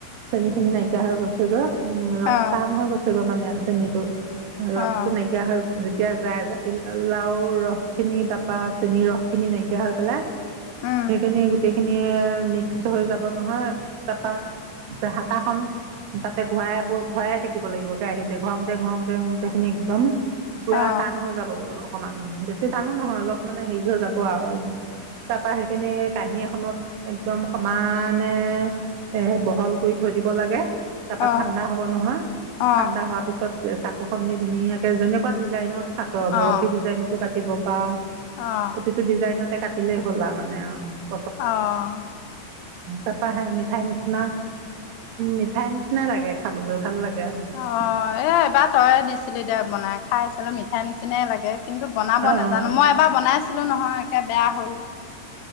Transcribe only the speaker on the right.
চেনীখিনি নাইকিয়া হৈ গৈছেগৈ। উম ৰস
টান হৈ গৈছে গৈ মানে হয় ত ৰসটো
নাইকিয়া হল এতি যায় জাতি লাও ৰস খিনি তাৰপা চেনীৰ ৰস খিনি নাইকিয়া হৈ পেলাই,
সেইখিনি গোটেইখিনি মিক্স হৈ যাব নহয় তাৰপা হাতা খন তাতে ঘৰাই ঘৰাই থাকিব লাগিব কেৰাহিতে ঘৰা ঘুওঁতে ঘুন্তে সেখিনি একদম পোৰা
টান হৈ যাবগৈ অ অকমান বেছি বেছি টানো নহয় অলপ মানে হেৰি হৈ যাব আৰু তাৰ পৰাা সেইখিনি কাহী এখনত একদম সমানে এ বহল কৰি থৈ দিব লাগে। তাৰপা
ঠাণ্ডা হব নহয়
ঠাণ্ডা হোৱাৰ পিছত চাকু খন নি ধুনীয়াকে যেনে কেনেকুৱা ডিজাইনত কাত বৰফী
ডিজাইনতো কাটিব বা
প্ৰতিটো ডিজাইনতে কা থাকিলে হ'লা মানে অ।
তাৰাপা মিঠাই নিচিনা মিঠাই নিচিনা লাগে খাবলৈ ভাল লাগে। <unintelligible>
অঁ